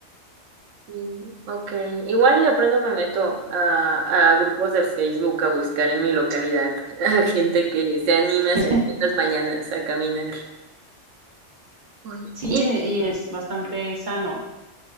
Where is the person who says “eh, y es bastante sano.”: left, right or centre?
Right